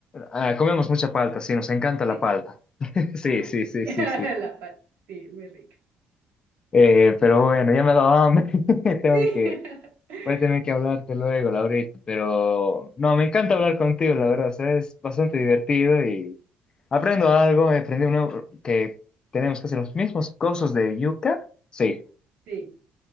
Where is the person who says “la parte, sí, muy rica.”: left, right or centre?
Right